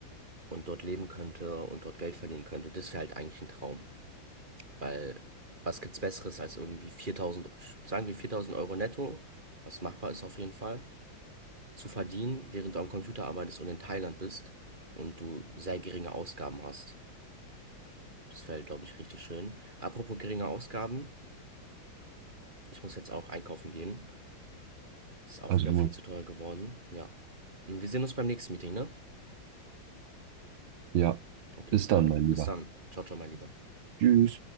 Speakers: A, on the right; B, on the right.
A: und dort leben könnte und dort Geld verdienen könnte, das wäre halt eigentlich ein Traum. Weil was gibt's Besseres als irgendwie 4000, sagen wir 4000 Euro netto, was machbar ist auf jeden Fall, zu verdienen, während du am Computer arbeitest und in Thailand bist und du sehr geringe Ausgaben hast. Das wäre, glaube ich, richtig schön. Apropos geringe Ausgaben, ich muss jetzt auch einkaufen gehen. Ist auch
B: also
A: wieder
B: du,
A: viel zu teuer geworden. Ja. Wir sehen uns beim nächsten Meeting, ne?
B: ja.
A: Okay,
B: Bis
A: super.
B: dann, mein
A: Bis
B: Lieber.
A: dann. Ciao, ciao, mein Lieber.
B: Tschüss.